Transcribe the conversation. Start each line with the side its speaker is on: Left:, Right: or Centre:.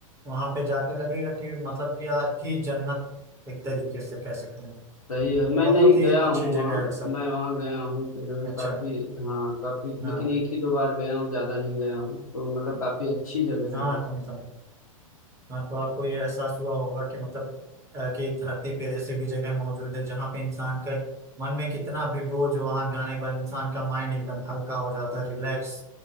Right: वहां पे जाके लगेगा कि मतलब क्या ही जन्नत एक तरीके से कह सकते हैं
Left: सही है
Right: और
Left: मैं
Right: बहुत
Left: नहीं
Right: ही
Left: गया
Right: अच्छी
Left: हूँ
Right: जगह
Left: वहाँ
Right: है सब
Left: मैं वहाँ गया हूँ तो जो है
Right: अच्छा
Left: काफी हाँ काफी
Right: हाँ
Left: लेकिन एक ही दो बार गया हूँ ज्यादा नहीं गया हूँ तो मतलब काफी अच्छी जगह
Right: हाँ
Left: है
Right: तो मतलब हाँ तो आपको ये एहसास हुआ होगा कि मतलब अ, कि धरती पे ऐसी भी जगह मौजूद है जहाँ पे इंसान के मन में कितना भी बोझ हो, वहाँ जाने के बाद इंसान का माइंड एकदम हल्का हो जाता है रिलैक्स